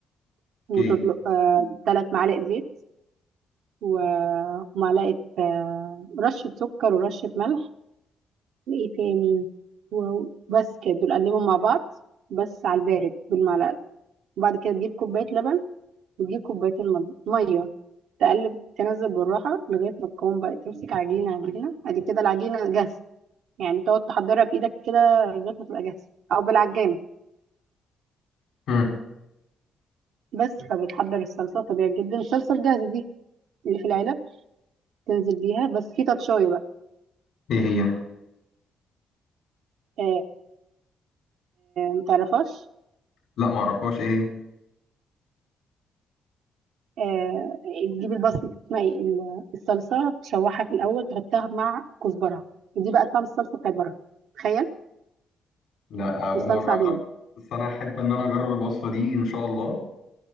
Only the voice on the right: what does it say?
وتطلق آه تلات معالق زيت و- ومعلقة آه رشة سكر ورشة ملح وإيه تاني وبس كده دول قلبهم مع بعض بس على البارد بالمعلقة وبعد كده تجيب كوباية لبن وتجيب كوبايتين مض- مية تقلب تنزل بالراحة لغاية ما تكون بقى تمسك عجينة عجينة ادي كده العجينة جاهزة يعني تقعد تحضرها بايدك كده لغايه ما تبقى جاهزه او بالعجانه
بس فبتحضر الصلصه طبيعي جدا الصلصه الجاهزه دي اللي في العلب تنزل بيها بس في تاتشاي بقى
آه متعرفاش
آه تجيب البصل اسمها ايه ال- الصلصه تشوحها في الاول تحطها مع كزبره دي بقى طعم الصلصه بتاعت بره تخيل
دي
صلصه
عاديه